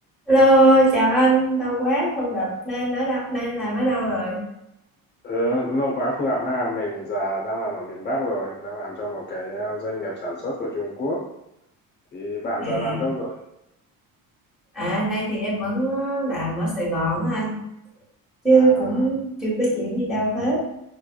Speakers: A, in the centre; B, on the left.
A: Hello, chào anh, lâu quá không gặp, nên ở đâu, nên làm ở đâu rồi?
B: Ừ, lâu quá không gặp ha, mình giờ đang làm ở miền Bắc rồi, đang làm cho một cái ờ, doanh nghiệp sản xuất của Trung Quốc. Thì bạn
A: À,
B: giờ làm đâu rồi?
A: à, nay thì em vẫn ờ, làm ở Sài Gòn á anh, chứ
B: À,
A: cũng chưa có chuyển đi đâu hết.